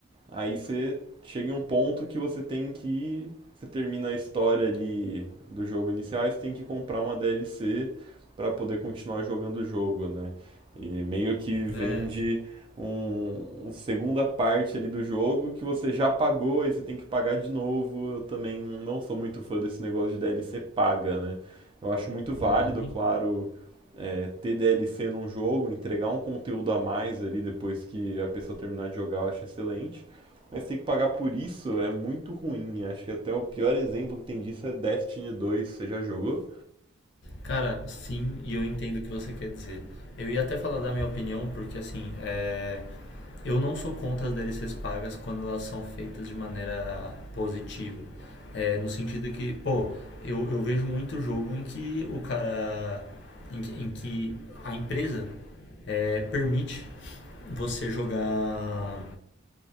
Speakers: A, on the right; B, on the left.
A: Aí você chega em um ponto que você tem que. Você termina a história ali do jogo inicial, e você tem que comprar uma DLC para poder continuar jogando o jogo, né? E meio que vende
B: É.
A: um, uma segunda parte ali do jogo que você já pagou e você tem que pagar de novo. Eu também não sou muito fã desse negócio de DLC paga, né? Eu acho muito válido,
B: É,
A: claro, é, ter DLC num jogo, entregar um conteúdo a mais ali depois que a pessoa terminar de jogar, eu acho excelente. Mas ter que pagar por isso é muito ruim. Acho que até o pior exemplo que tem disso é Destiny dois Você já jogou?
B: Cara, sim, e eu entendo o que você quer dizer. Eu ia até falar da minha opinião, porque assim, é, eu não sou contra as DLCs pagas quando elas são feitas de maneira positiva. É, no sentido que, pô, eu, eu vejo muito jogo em que o cara. em que, em que a empresa é, permite você jogar